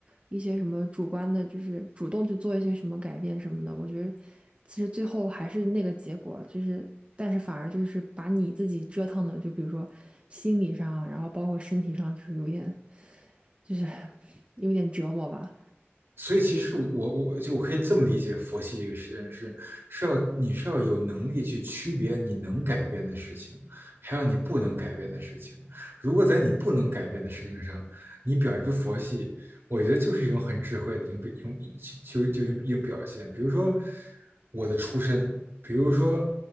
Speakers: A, on the right; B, on the right.
A: 一些什么主观的，就是主动去做一些什么改变什么的，我觉得其实最后还是那个结果，就是但是反而就是把你自己折腾的，就比如说心理上啊，然后包括身体上，就是有点就是 <laughs> 有点折磨吧。
B: 所以其实我我就我可以这么理解佛系这个实验是是要你是要有能力去区别你能改变的事情，还有你不能改变的事情。如果在你不能改变的事情上，你表现出佛系，我觉得就是一种很智慧的一种表一种就就一种表现。比如说我的出身，比如说